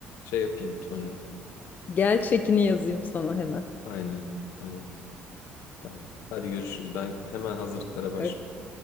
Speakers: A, on the left (about 75°); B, on the left (about 40°).
A: Şey yapayım sonra.
B: Gel çekini yazayım sana hemen.
A: Aynen. Tamam. Tamam. Hadi görüşürüz. Ben hemen hazırlıklara başlıyorum.
B: Hadi.